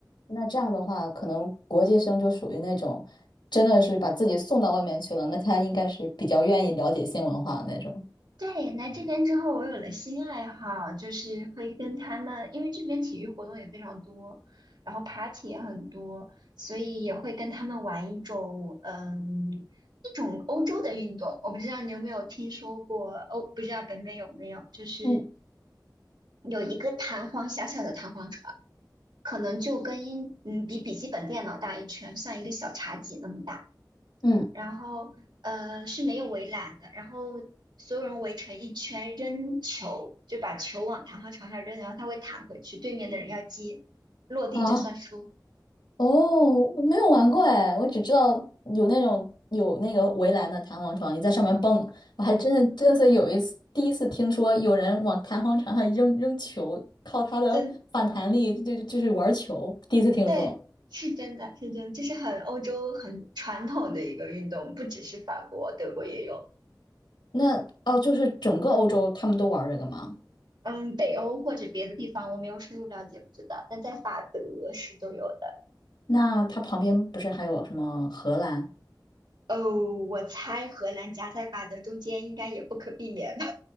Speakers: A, on the left (about 75°); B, on the right (about 70°).
A: 那这样的话，可能国际生就属于那种真的是把自己送到外面去了，那他应该是比较愿意了解新文化的那种。
B: 对，来这边之后，我有了新爱好，就是会跟他们，因为这边体育活动也非常多，然后 party 也很多，所以也会跟他们玩一种，嗯，一种欧洲的运动。我不知道你有没有听说过，欧，不知道北美有没有，就是
A: 嗯
B: 有一个弹簧，小小的弹簧床，可能就跟英，嗯，比笔记本电脑大一圈，像一个小茶几那么大。
A: 嗯
B: 然后呃是没有围栏的，然后所有人围成一圈扔球，就把球往弹簧床上扔，然后它会弹回去，对面的人要接，落地就算输。
A: 啊，哦，我没有玩过哎，我只知道有那种有那个围栏的弹簧床，你在上面蹦，我还真的真的是有一次第一次听说有人往弹簧床上扔扔球，靠它的反弹力就就是玩球，
B: 真，
A: 第一次听说。
B: 对，是真的，是真的，这是很欧洲很传统的一个运动，不只是法国，德国也有。
A: 那哦，就是整个欧洲他们都玩这个吗？
B: 嗯，北欧或者别的地方我没有深入了解，不知道，但在法德是都有的。
A: 那它旁边不是还有什么荷兰？
B: 哦，我猜荷兰夹在法德中间应该也不可避免吧。